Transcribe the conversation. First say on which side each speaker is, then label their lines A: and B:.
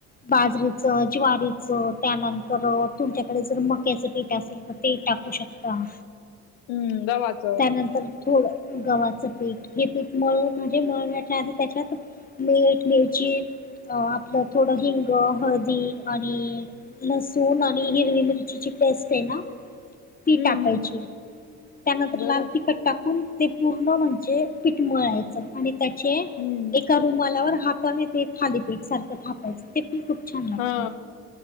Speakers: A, on the left; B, on the left.
A: बाजरीचं, ज्वारीचं त्यानंतर तुमच्याकडे जर मक्याचं पीठ असेल तर ते एक टाकू शकता.
B: हम्म गव्हाचं
A: त्यानंतर थोडं गव्हाचं पीठ, हे पीठ मळु म्हणजे मळण्याच्या आधी त्याच्यात मीठ, मिरची अ आपलं थोडं हिंग, हळदी आणि लसूण आणि हिरवी मिर चीची पेस्ट आहे ना ती
B: हम्म
A: टाकायची.
B: हम्म
A: त्यानंतर
B: बरं
A: लाल तिखट टाकून ते पूर्ण म्हणजे पीठ मळायचं आणि त्याचे
B: हम्म
A: एका रुमालावर हाताने ते थालीपीठ सारखं थापायचं. ते पण खूप छान लागतं,
B: हा